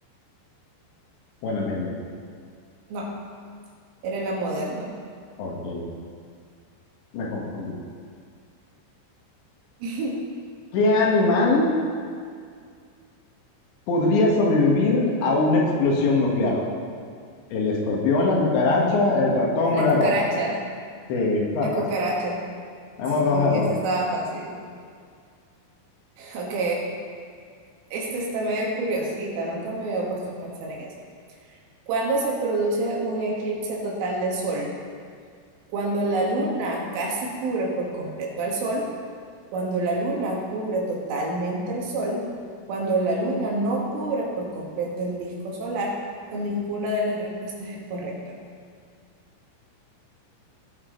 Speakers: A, on the left; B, on the right.
A: buena media.
B: No, era en la moderna.
A: Ok, me confundí.
B: <laughs>
A: ¿Qué animal podría sobrevivir a una explosión nuclear? ¿El escorpión, la cucaracha, el ratón
B: Las
A: o la
B: cucarachas,
A: rata? Sí, está
B: las
A: fácil.
B: cucarachas.
A: Vamos
B: Sí,
A: dos a dos.
B: esa estaba fácil. Ok, esta está medio curiosita, nunca me había puesto a pensar en esto. ¿Cuándo se produce un eclipse total de sol? Cuando la luna casi cubre por completo al sol, cuando la luna cubre totalmente el sol, cuando la luna no cubre por completo el disco solar, o ninguna de las respuestas es correcta.